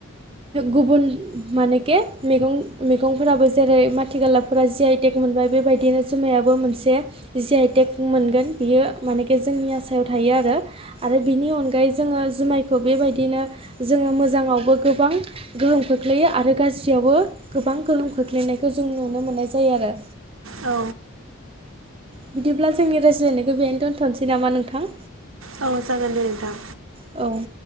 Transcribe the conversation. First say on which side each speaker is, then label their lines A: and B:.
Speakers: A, on the right; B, on the right.
A: गुबुन मानेखे मैगं मैगंफोराबो जेरै मथिगाला फोर्रा जि आइटेक मोनबाय बेबायदिनो जुमायाबो मोनसे जि आइ टेक मोनगोन। बियो मानेखे जोंनि आसायाव थायो आरो आरो बिनि अनगायै जोङो जुमाय खौ बेबायदिनो जोङो मोजाङावबो गोबां गोहोम खोख्लैयो आरो गाज्रियावबो गोबां गोहोम खोख्लैनायखौ जों नुनो मोननाय जायो आरो।
B: औ
A: बिदिब्ला जोंनि रायज्लायनायखौ बेहनो दोनथ'नोसै नामा नोंथां?
B: औ जागोन दे नोंथां।
A: औ